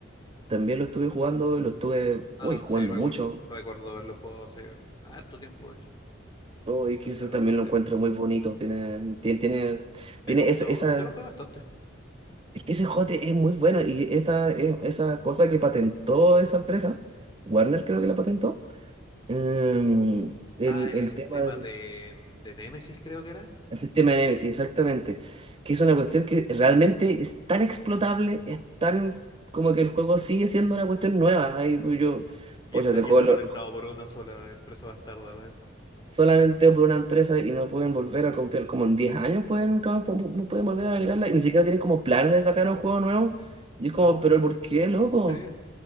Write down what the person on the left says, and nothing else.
Ah,
sí, recuerdo,
recuerdo haberlo jugado hace harto tiempo, de hecho,
hace
bastante
tiempo.
A
mí me gustó,
yo lo jugué bastante.
Ah, el
sistema
de, mm, de Nemesis creo que era.
Y
está,
y
está
patentado
por una sola empresa bastarda, weón.
No,
sí.